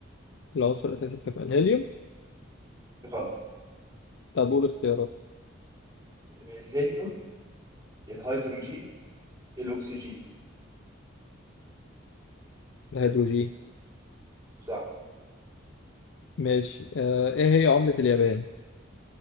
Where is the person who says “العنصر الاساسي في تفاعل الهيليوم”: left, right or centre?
Left